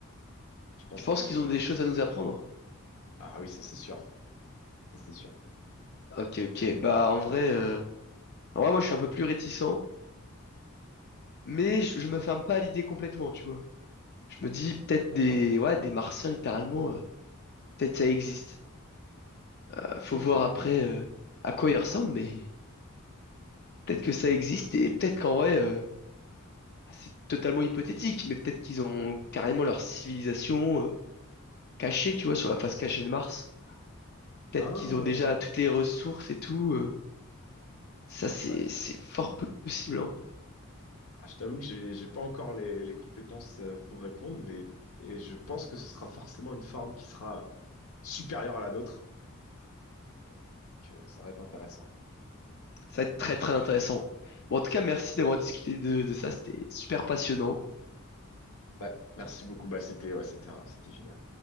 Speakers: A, on the left; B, on the left.
A: je pense
B: Tu penses
A: que...
B: qu'ils ont des choses à nous apprendre?
A: Ah oui, ça c'est sûr, ça c'est sûr.
B: Ok, ok, bah en vrai, euh, en vrai, moi je suis un peu plus réticent, mais je, je me ferme pas à l'idée complètement, tu vois. Je me dis peut-être
A: D'accord.
B: des, ouais, des Martiens littéralement, euh, peut-être ça existe. Euh, faut
A: Ok,
B: voir
A: ouais.
B: après euh, à quoi ils ressemblent, mais peut-être que ça existe et peut-être qu'en vrai... euh, Ah, C'est totalement hypothétique, mais peut-être qu'ils ont carrément leur civilisation euh, cachée, tu vois, sur la face cachée de Mars. Peut-être
A: Ah,
B: qu'ils ont déjà toutes les ressources et tout. euh. ça, c'est
A: bah,
B: c'est fort possible, hein.
A: ah, je t'avoue que j'ai j'ai pas encore les, les compétences euh, pour répondre, mais et je pense que ce sera forcément une forme qui sera supérieure à la nôtre. Donc euh, ça va être intéressant.
B: Ça va être très très intéressant. Bon, en tout cas, merci d'avoir discuté de, de ça. C'était super passionnant.
A: Ouais, merci beaucoup. Bah, c'était ouais, c'était un- c'était génial.